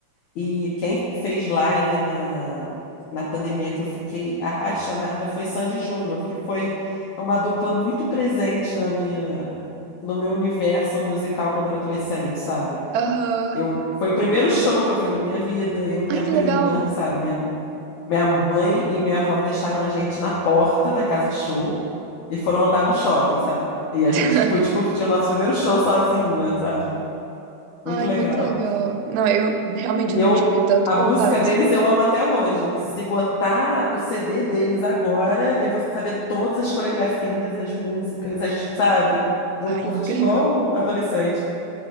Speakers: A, on the left; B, on the right.
A: E quem fez live na, na pandemia que eu fiquei apaixonada foi Sandy Júnior, que foi uma dupla muito presente na minha, no meu universo musical quando eu era adolescente, sabe?
B: Aham.
A: Eu, foi o primeiro show que eu fui na minha vida, eu, minha
B: Ai, que
A: prima,
B: legal!
A: sabe? Minha, minha mãe e minha avó deixaram a gente na porta da casa de show. E foram andar no shopping, sabe? E a
B: <laughs>
A: gente pôde curtir o nosso primeiro show sozinha, sabe?
B: Ai,
A: Muito legal.
B: muito legal. Não, eu realmente
A: E
B: não
A: eu,
B: tive tanto
A: a
B: contato.
A: música deles eu amo até hoje. Se botar o CD deles agora, eu vou saber todas as coreografias, as músicas, as, sabe? Vou
B: Ai,
A: curtir
B: incrível.
A: igual adolescente.